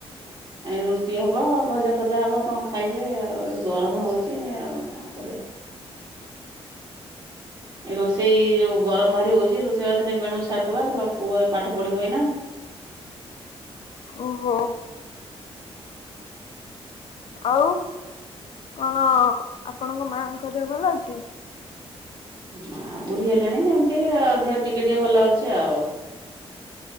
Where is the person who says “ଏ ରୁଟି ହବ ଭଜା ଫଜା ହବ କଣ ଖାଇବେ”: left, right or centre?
Right